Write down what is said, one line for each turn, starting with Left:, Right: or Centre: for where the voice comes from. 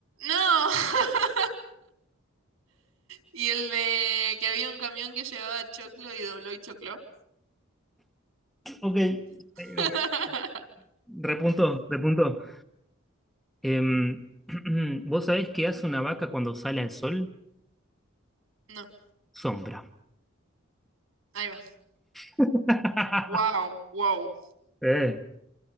Right: No. <laughs> Y el de que había un camión que llevaba choclo y dobló y choclo.
Centre: Ok, ok,
Right: <laughs>
Centre: ok. Repuntó, repuntó. Em, <clears throat> ¿vos sabés qué hace una vaca cuando sale al sol?
Right: No,
Centre: Sombra.
Right: ahí va.
Centre: <laughs>
Right: Wow, wow.
Centre: Eh.